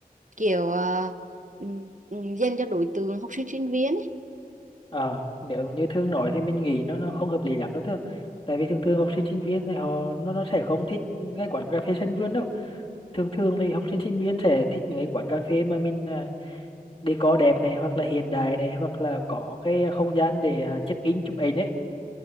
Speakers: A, on the right (about 55°); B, on the left (about 35°).
A: kiểu uh, um, um, dành cho đối tượng học sinh sinh viên ấy.
B: Ờ, nếu như Thương nói thì mình nghĩ nó nó không hợp lý lắm đâu Thương. Tại vì thường thường học sinh sinh viên này họ nó nó sẽ không thích cái quán cà phê sân vườn đâu thường thường thì học sinh sinh viên sẽ thích những cái quán cà phê mà mình à, decor đẹp này hoặc là hiện đại này hoặc là có cái không gian để à, check in chụp ảnh ấy